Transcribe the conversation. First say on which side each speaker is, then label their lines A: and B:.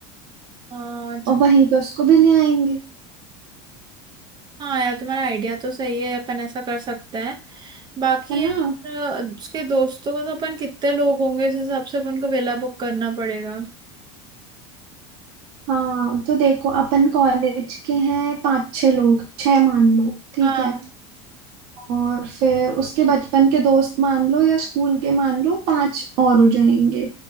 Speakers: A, on the right; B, on the right.
A: हाँ च-
B: और वहीं पे उसको भी ले आएंगे
A: हाँ यार तुम्हारा आइडिया तो सही है अपन ऐसा कर सकते हैं बाकी
B: है
A: यार
B: ना
A: उसके दोस्तों का तो अपन कितने लोग होंगे उस हिसाब से अपन को वेला बुक करना पड़ेगा
B: हाँ तो देखो अपन कॉलेज के हैं पांच छह लोग छह मान लो ठीक
A: हाँ
B: है और फिर उसके बचपन के दोस्त मान लो या स्कूल के मान लो पांच और हो जाएंगे